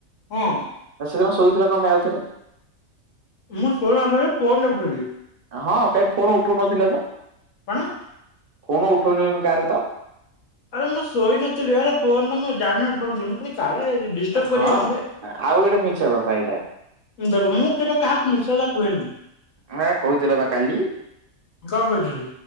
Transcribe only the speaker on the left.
ହଁ।
ମୁଁ <unintelligible> ମାସରେ ଫୋନ୍ ଦେଖୁଥିଲି।
କଣ
ଆରେ ମୁଁ ଶୋଇ ନଥିଲି ଆରେ ଫୋନରେ ମୁଁ ଜାଣି ଉଠଉ ନଥିଲି କାଳେ ଡିଷ୍ଟପ
କରିବେ ମତେ।
ଦେଖ ମୁଁ କେବେ କାହାକୁ ମିଛ କଥା କୁହେନି।
କଣ କହିଥିଲି?